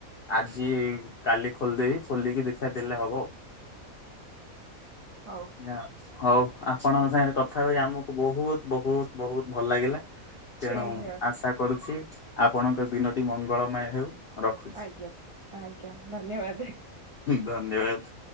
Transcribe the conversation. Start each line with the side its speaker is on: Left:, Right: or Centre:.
Left: ଆଜି କାଲି ଖୋଲିଦେବି ଖୋଲିକି ଦେଖିବା ଦେଲେ ହବ।
Right: ହଉ ।
Left: ୟା ହଉ ଆପଣଙ୍କ ସାଙ୍ଗରେ କଥା ହୋଇ ଆମକୁ ବହୁତ ବହୁତ ବହୁତ ଭଲ ଲାଗିଲା। ତେଣୁ
Right: ସେମ୍ ହିଅର୍
Left: ଆଶା କରୁଛି ଆପଣ ଦିନଟି ମଙ୍ଗଳମୟ ହେଉ। ରଖୁଛି।
Right: ଆଜ୍ଞା ଆଜ୍ଞା ଧନ୍ୟବାଦ।
Left: ଧନ୍ୟବାଦ।